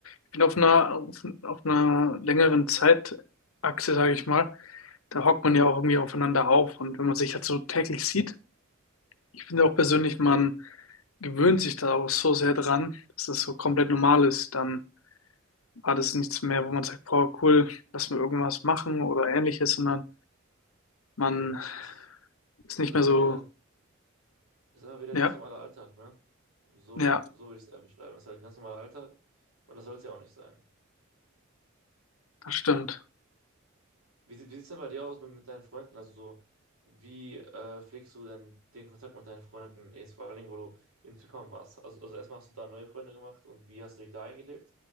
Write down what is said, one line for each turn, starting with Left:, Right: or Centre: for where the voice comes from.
Left: Ich bin auf einer, auf, auf einer längeren Zeitachse, sage ich mal, da hockt man ja auch irgendwie aufeinander auf. Und wenn man sich halt so täglich sieht, ich finde auch persönlich,
Right: Mhm.
Left: man gewöhnt sich da auch so sehr dran, dass das so komplett normal ist. Dann war das nichts mehr, wo man sagt, boah, cool, lass mal irgendwas machen oder ähnliches, sondern man
Right: Es ist,
Left: ist nicht
Right: ist immer
Left: mehr so,
Right: wieder, ist immer wieder
Left: ja,
Right: ganz normaler Alltag, ne? So,
Left: ja,
Right: so würde ich es eher beschreiben. Es ist halt ein ganz normaler Alltag und das soll es ja auch nicht sein.
Left: das stimmt.
Right: Wie, sie- wie sieht es denn bei dir aus mit, mit deinen Freunden? Also so, wie äh, pflegst du denn den Kontakt mit deinen Freunden? Jetzt vor allen Dingen, wo du in Zypern warst. Also, also erstmal hast du da neue Freunde gemacht und wie hast du dich da eingelebt?